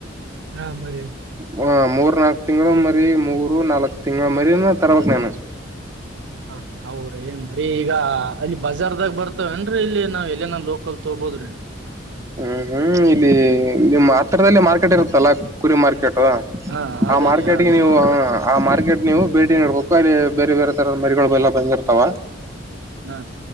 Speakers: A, on the right; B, on the right.
A: ಹಾ ಮರಿ
B: ಹ ಮೂರ್ ನಾಲ್ಕ್ ತಿಂಗಳು ಮರಿ ಮೂರು ನಾಲ್ಕ್ ತಿಂಗಳು ಮರಿನ ತರವಕ್ ನೀನು
A: ಹಾ ಹೌ ರೀ ಮರೀ ಈಗ ಅಲ್ಲಿ ಬಜಾರ್ದಾಗ ಬರ್ತವೇನ್ರೀ ಇಲ್ಲಿ ನಾವ್ ಎಲ್ಲನ ಲೋಕಲ್ ತಗಬೋದ್ರಿ
B: ಹ್ಮ್ ಹ್ಮ್ ಇಲ್ಲಿ ನಿಮ್ಮ್ ಹತ್ತರದಲ್ಲಿ ಮಾರ್ಕೆಟ್ ಇರುತ್ತಲ್ಲ ಕುರಿ ಮಾರ್ಕೆಟ
A: ಹಾ ಅದೇ
B: ಆ ಮಾರ್ಕೆಟ್ಗೆ
A: ರೀ ಹಾ
B: ನೀವು ಹ ಆ ಮಾರ್ಕೆಟ್ ನೀವು ಭೇಟಿ ನಡ್ಬೇಕು ಅಲ್ಲಿ ಬೇರೆ ಬೇರೆ ತರದ ಮರಿಗಳು ಎಲ್ಲ ಬಂದಿರ್ತಾವ
A: ಹಾ